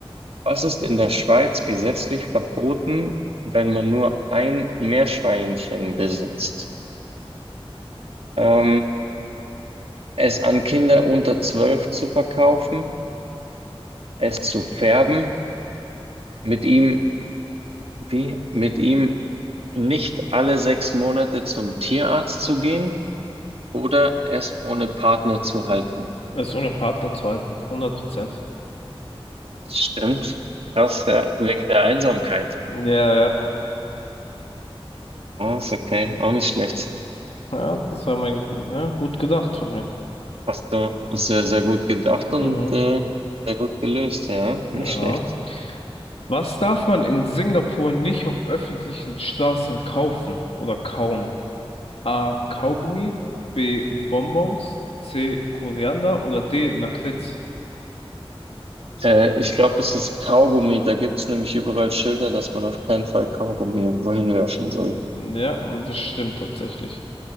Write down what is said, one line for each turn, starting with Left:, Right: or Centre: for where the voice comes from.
Right: was ist in der Schweiz gesetzlich verboten, wenn man nur ein Meerschweinchen besitzt? Ähm, es an Kinder unter zwölf zu verkaufen, es zu färben, mit ihm, wie, mit ihm nicht alle sechs Monate zum Tierarzt zu gehen Oder es ohne Partner zu halten.
Left: Ist ohne Partner zu halten, 100%.
Right: Das stimmt. Krass, ja, wegen der Einsamkeit.
Left: Ja, ja,
Right: Ah, ist okay, auch nicht schlecht.
Left: ja, das war mein, ja, gut gedacht von mir.
Right: Hast du sehr, sehr gut gedacht und
Left: Mhm.
Right: äh, sehr gut gelöst, ja, nicht
Left: Ja.
Right: schlecht.
Left: Was darf man in Singapur nicht auf öffentlichen Straßen kaufen oder kauen? A. Kaugummi, B. Bonbons, C. Koriander oder D. Lakritz.
Right: Äh, ich glaube, es ist Kaugummi. Da gibt es nämlich überall Schilder, dass man auf keinen Fall Kaugummi irgendwo hinwerfen soll.
Left: Ja, und das stimmt tatsächlich.